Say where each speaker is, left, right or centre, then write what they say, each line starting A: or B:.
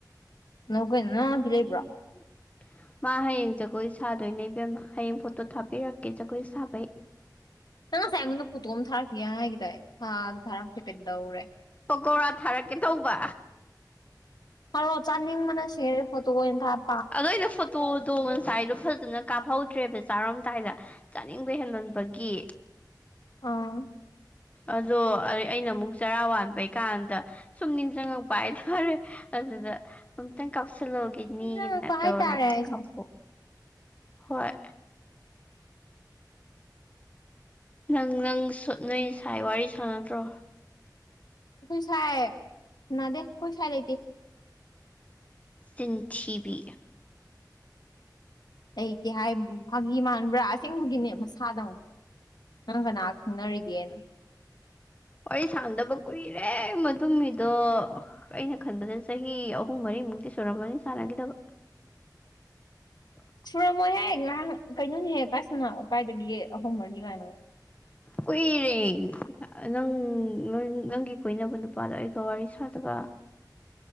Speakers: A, on the left (about 20°); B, on the left (about 70°).
A: <unintelligible>
B: ꯅꯪ ꯀꯩꯅꯣ ꯅꯅꯥꯎꯄꯤ ꯂꯩꯕ꯭ꯔꯣ
A: ꯃꯥ ꯍꯌꯦꯡ ꯖꯒꯣꯏ ꯁꯥꯗꯣꯏꯅꯦ ꯏꯕꯦꯝ ꯍꯌꯦꯡ ꯐꯣꯇꯣ ꯊꯥꯕꯤꯔꯛꯀꯦ ꯖꯒꯣꯏ ꯁꯥꯕꯩ
B: ꯅꯪ ꯉꯁꯥꯏ ꯑꯩꯉꯣꯟꯗ ꯐꯣꯇꯣ ꯑꯝ ꯊꯥꯔꯛꯀꯤꯌꯥꯏ ꯍꯥꯏꯒꯤꯗꯥꯏ ꯊꯥꯖꯨ ꯊꯥꯔꯛꯇꯦ ꯀꯩꯗꯧꯔꯦ
A: ꯄꯥꯀꯧꯔꯥ ꯊꯥꯔꯛꯀꯦ ꯇꯧꯕ
B: ꯊꯥꯔꯣ ꯆꯥꯅꯤꯡꯕꯅ ꯁꯤꯔꯦ ꯐꯣꯇꯣ ꯑꯣꯏꯅ ꯊꯥꯞ
A: ꯑꯗꯣ ꯑꯩꯅ ꯐꯣꯇꯣꯗꯣ ꯉꯁꯥꯏꯗꯣ ꯐꯖꯅ ꯀꯥꯞꯍꯧꯗ꯭ꯔꯦꯕ ꯆꯥꯔꯝꯗꯥꯏꯗ ꯆꯥꯅꯤꯡꯕ ꯍꯦꯟꯃꯟꯕꯒꯤ
B: ꯑꯣ
A: ꯑꯗꯣ ꯑꯩ ꯑꯩꯅ ꯑꯃꯨꯛ ꯆꯔꯥ ꯋꯥꯟꯕꯩ ꯀꯥꯟꯗ ꯁꯨꯝ ꯅꯤꯡꯖꯡꯉꯛꯄ ꯍꯥꯏꯇꯥꯔꯦ ꯑꯗꯨꯗ ꯑꯝꯇꯪ ꯀꯥꯞꯁꯤꯜꯍꯧꯒꯦꯅꯦꯅ
B: ꯅꯛꯄ
A: ꯇꯧꯔꯒ
B: ꯍꯥꯏꯇꯥꯔꯦ ꯑꯩꯁꯦ
A: ꯀꯥꯞ ꯍꯣꯏ ꯅꯪ ꯅꯪ ꯁꯨꯠ ꯅꯣꯏ ꯁꯥꯏ ꯋꯥꯔꯤ ꯁꯥꯟꯅꯗ꯭ꯔꯣ
B: ꯑꯩꯈꯣꯏ ꯁꯥꯏ ꯁꯅꯥꯗꯦ ꯑꯩꯈꯣꯏ ꯁꯥꯏ ꯂꯩꯇꯦ
A: ꯆꯤꯟꯊꯤꯕꯤ
B: ꯂꯩꯇꯦ ꯍꯥꯏꯕꯨ ꯐꯥꯒꯤ ꯃꯥꯟꯕ꯭ꯔꯥ ꯑꯁꯦꯡꯕꯒꯤꯅꯦ ꯃꯁꯥꯗ ꯍꯪꯉꯣ ꯅꯪ ꯀꯅꯥ ꯈꯪꯅꯔꯤꯒꯦꯅ
A: ꯋꯥꯔꯤ ꯁꯥꯟꯗꯕ ꯀꯨꯏꯔꯦ ꯃꯗꯨ ꯃꯤꯗꯣ ꯑꯩꯅ ꯈꯟꯕꯗ ꯆꯍꯤ ꯑꯍꯨꯝ ꯃꯔꯤꯃꯨꯛꯇꯤ ꯁꯨꯔꯝꯃꯅꯤ ꯁꯥꯟꯅꯒꯤꯗꯕ <inaudible>
B: ꯁꯨꯔꯝꯃꯣꯏꯍꯦ ꯉꯥꯏꯍꯥꯡ ꯀꯩꯅꯣꯅꯦꯍꯦ ꯀꯥꯏꯁꯤꯅ ꯀꯥꯏꯗꯒꯤ ꯑꯍꯨꯝ ꯃꯅꯤ ꯀꯥꯏꯅꯒ
A: ꯀꯨꯏꯔꯦ ꯅꯪ ꯅꯪꯒꯤ ꯀꯣꯏꯅꯕ ꯅꯨꯄꯥꯗꯣ ꯑꯩꯒ ꯋꯥꯔꯤ ꯁꯥꯗꯕ